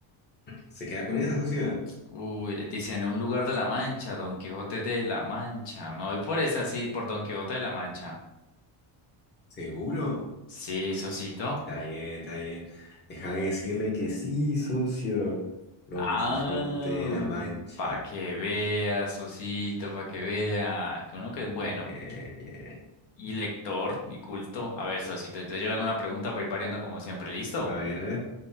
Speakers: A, on the left; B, on the left.
A: ¿Se queda con esa,
B: Mm.
A: socio?
B: Uy, dicen un lugar de la Mancha, Don Quijote de la Mancha. Me voy por esa, sí, por Don Quijote de la Mancha.
A: ¿Seguro?
B: Sí, Sosito.
A: Está bien, está bien. Déjame decirle que sí, socio. Don
B: Ah,
A: Quijote de la Mancha.
B: para que vea, Sosito, para que vea. Que uno que es bueno
A: Bien, bien.
B: y lector y culto. A ver, Sosito, entonces yo le hago una pregunta para ir variando como siempre. ¿Listo?
A: A ver, a ver.